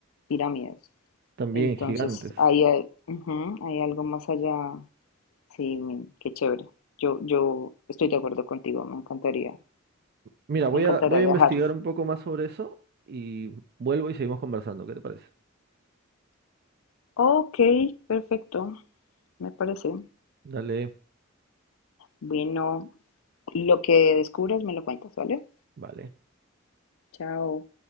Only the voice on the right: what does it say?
También
gigantes.
Mira, voy
a, voy a
investigar un poco más sobre eso y vuelvo y seguimos conversando. ¿Qué te parece?
Dale,
vale.